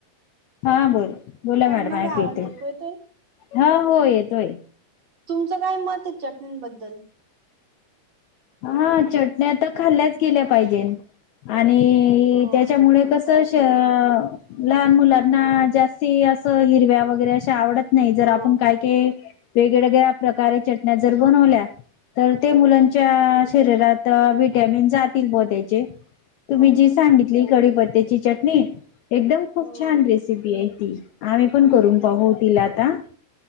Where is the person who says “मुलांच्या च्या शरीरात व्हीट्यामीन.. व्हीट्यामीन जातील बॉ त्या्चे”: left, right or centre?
Left